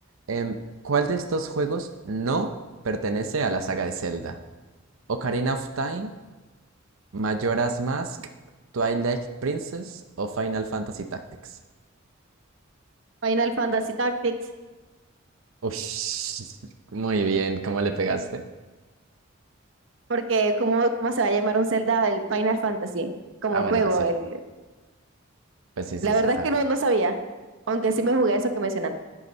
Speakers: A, on the right; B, on the right.
A: em, ¿cuál de estos juegos no pertenece a la saga de Zelda? ¿Ocarina of Time, Majora's Mask, Twilight Princess o Final Fantasy Tactics?
B: Final Fantasy Tactics,
A: Ush, <laughs> muy bien, ¿cómo le pegaste?
B: porque ¿cómo, cómo se va a llamar un Zelda el Final Fantasy? Como
A: Ah,
B: el
A: bueno,
B: juego.
A: pues sí,
B: El...
A: pues sí, sí,
B: La
A: sí,
B: verdad
A: está
B: es que
A: bien.
B: no, no sabía, aunque sí me jugué eso que mencionaste.